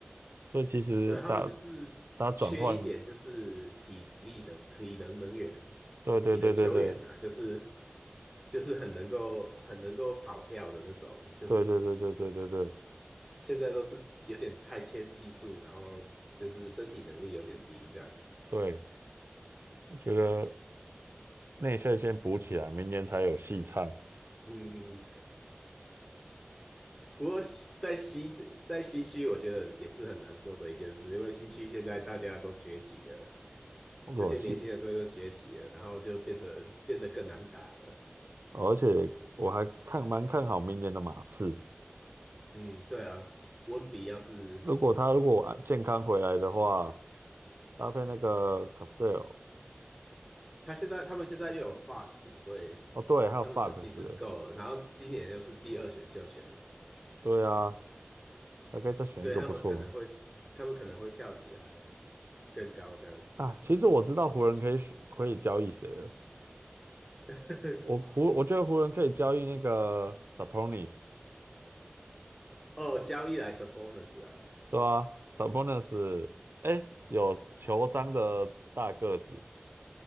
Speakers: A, on the right; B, in the centre.
A: 所以其实打
B: 对，他们就是缺一点，
A: 打转换，
B: 就是体力的体能能源、
A: 对对对对对
B: 体能球员啊，就是就是很能够很能够跑跳的那种，就是
A: 对对对对对对对
B: 现在都是有点太偏技术，然后就是身体能力有点低这样子。
A: 对，我觉得内线先补起来，明年才有戏唱。
B: 嗯，不过在西在西区，我觉得也是很难说的一件事，因为西区现在大家都崛起了，
A: 我是，
B: 这些年轻的队都崛起了，然后就变成变得更难打了。
A: 而且我还看蛮看好明年的马刺。
B: 嗯，对啊，温比要是
A: 如果他如果啊健康回来的话，搭配那个 Casale，
B: 他现在他们现在又有 Fox，所以
A: 哦对，还有
B: 他们是其实是够了。
A: Fox，欸
B: 然后今年又是第二选秀权，
A: 对啊，还可以再选一个不错
B: 所以他们可能会他们可能会跳起来更高这样子。
A: 啊。其实我知道湖人可以选可以交易谁了，
B: <laughs>
A: 我湖我觉得湖人可以交易那个 Sabonis，
B: 哦，交易来是 bonus 啊，
A: 对啊，Sabonis，哎，有球商的大个子